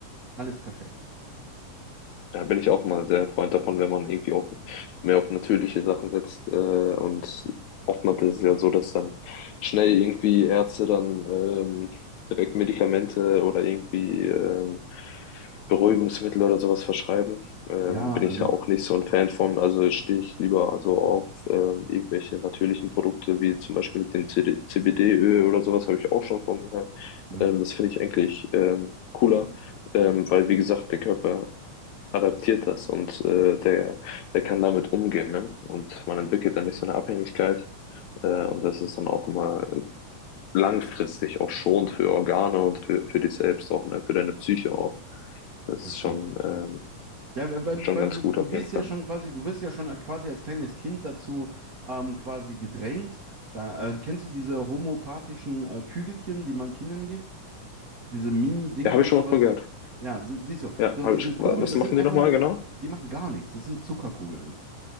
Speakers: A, on the right (about 45°); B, on the left (about 75°).
A: alles perfekt.
B: Da bin ich auch mal sehr Freund davon, wenn man irgendwie auf, mehr auf natürliche Sachen setzt. Äh, und oftmals ist es ja so, dass dann schnell irgendwie Ärzte dann ähm, direkt Medikamente oder irgendwie ähm, Beruhigungsmittel oder sowas verschreiben. Ähm,
A: Ja,
B: bin
A: also,
B: ich ja auch nicht so ein Fan von. Also stehe ich lieber so auf ähm, irgendwelche natürlichen Produkte, wie zum Beispiel mit dem CD CBD-Öl oder sowas, habe ich auch schon von gehört.
A: ja,
B: Ähm, das finde ich eigentlich ähm, cooler. Ähm, weil, wie gesagt, der Körper adaptiert das und äh, der, der kann damit umgehen, ne? Und man entwickelt dann nicht so eine Abhängigkeit. Äh, und das ist dann auch immer langfristig auch schonend für Organe und für, für dich selbst auch, ne? Für deine Psyche auch.
A: selbstverständlich,
B: Das ist schon, ähm,
A: ja. Ja, weil,
B: schon
A: weil
B: ganz
A: du, du
B: gut auf
A: gehst
B: jeden Fall.
A: ja schon quasi, du wirst ja schon quasi als kleines Kind dazu ähm, quasi gedrängt. Da, äh, kennst du diese homöopathischen äh, Kügelchen, die man Kindern gibt? Diese Mini-Dinger
B: Ja, habe ich schon
A: quasi.
B: mal von gehört.
A: Ja, sie- siehst du.
B: Ja,
A: So,
B: habe
A: diese
B: ich.
A: Kugeln,
B: wa- Was
A: das
B: machen
A: sind einfach
B: die nochmal
A: nur,
B: genau?
A: die machen gar nichts. Das sind Zuckerkugeln.